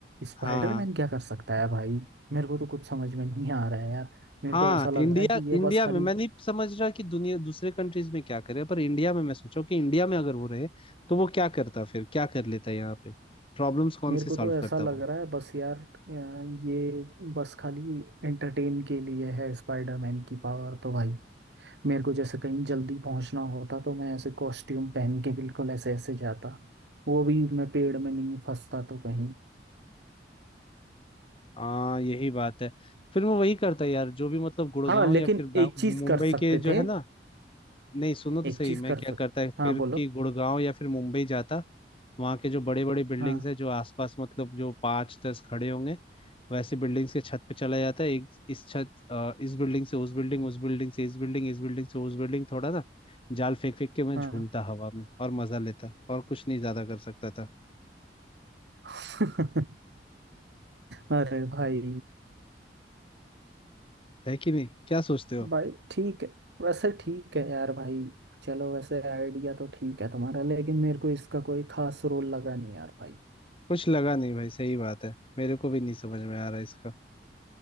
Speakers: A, on the right; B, on the left.
A: स्पाइडरमैन
B: हाँ
A: क्या कर सकता है भाई मेरे को तो कुछ समझ में नहीं आ रहा है यार मेरे
B: हाँ
A: को ऐसा लग
B: इंडिया
A: रहा है कि ये
B: इंडिया
A: बस खाली
B: में मैं नहीं समझ रहा कि दुनिया दूसरे कंट्रीज में क्या करे पर इंडिया में मैं सोचा कि इंडिया में अगर वो रहे तो वो क्या करता फिर क्या कर लेता यहाँ पे प्रॉब्लम्स कौन
A: मेरे
B: सी
A: को
B: सॉल्व
A: तो ऐसा
B: करता
A: लग
B: वो
A: रहा है बस यार अ, ये बस खाली एंटरटेन के लिए है स्पाइडरमैन की पावर तो भाई मेरे को जैसे कहीं जल्दी पहुंचना होता तो मैं ऐसे कॉस्ट्यूम पहन के बिल्कुल ऐसे ऐसे जाता वो भी मैं पेड़ में नहीं फंसता तो कहीं
B: हाँ यही बात है फिर वो वही करता यार जो भी मतलब गुड़गांव
A: हाँ लेकिन
B: या फिर बा-
A: एक चीज
B: मुंबई
A: कर सकते
B: के जो
A: थे
B: है ना नहीं सुनो तो
A: एक
B: सही
A: चीज
B: मैं
A: कर
B: क्या
A: सकते
B: करता है फिर
A: हाँ बोलो
B: कि गुड़गांव या फिर मुंबई जाता वहाँ के जो बड़े बड़े बिल्डिंग्स
A: हाँ
B: है जो आसपास मतलब जो पाँच दस खड़े होंगे वैसे बिल्डिंग्स के छत पे चला जाता है एक इस छत अ, इस बिल्डिंग से उस बिल्डिंग उस बिल्डिंग से इस बिल्डिंग इस बिल्डिंग से उस बिल्डिंग थोड़ा ना जाल फेंक फेंक के मैं
A: हाँ
B: झूलता हवा में और मजा लेता और कुछ नहीं ज्यादा कर सकता था
A: <laughs> अरे भाई
B: है कि नहीं क्या सोचते हो
A: भाई ठीक है वैसे ठीक है यार भाई चलो वैसे आइडिया तो ठीक है तुम्हारा लेकिन मेरे को इसका कोई खास रोल लगा नहीं यार भाई
B: कुछ लगा नहीं भाई सही बात है मेरे को भी नहीं समझ में आ रहा इसका